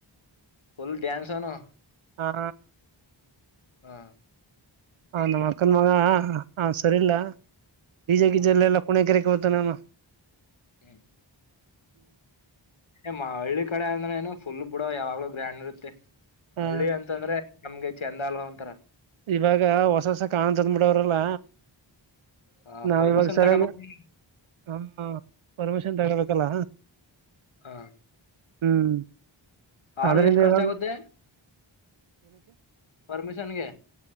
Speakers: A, on the left (about 75°); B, on the right (about 85°).
A: ಫುಲ್ ಡ್ಯಾನ್ಸನ್ನು
B: ಹಾ
A: ಹಾ
B: ಹ ನಮ್ಮ ಅಕ್ಕನ್ ಮಗ ಅವ ಸರಿಯಿಲ್ಲಾ ಡಿಜೆ ಗೀಜಾ
A: ಹ್ಮ್
B: ಇಲ್ಲ ಇಲ್ಲ ಕುಣಿಕೆರೆಕೆ ಹೋಗದು ತಾ ವ ನವ <unintelligible>
A: ಹ್ಮ್ ಹ ಮಾ ಹಳ್ಳಿ ಕಡೆ ಅಂದ್ರೆ ಏನು ಫುಲ್ ಬ ಬಿುಡ ಯಾವಾಗ್ಲೂ ಗ್ರ್ಯಾಂಡ್ ಇರುತ್ತೆ
B: ಹ
A: ಹಳ್ಳಿ ಅಂತಂದ್ರೆ ನಮ್ಗೆ ಚಂದ ಅಲ್ವಾ ಒಂತರ
B: ಇವಾಗ ಹೊಸ ಹೊಸ ಕಾಣಂತ ತಂದ್ಬಿಡವ್ರಲ್ಲ
A: ಹ
B: ನಾವ
A: ಪರ್ಮಿಷನ್
B: ಇವಾಗ ಸರಿಯಾಗಿ
A: ತಗೋಬೇಕು
B: ಹ ಪರ್ಮಿಷನ್ ತಗಬೇಕ ಲ್ಲ
A: ಹಾ
B: ಹ್ಮ್
A: ಅವ್ರ
B: ಅದ್ರಿಂದ
A: ಎಷ್ಟು ಖರ್ಚ
B: ಇವಾಗ
A: ಆಗುತ್ತೆ ಪರ್ಮಿಶನ್ಗೆ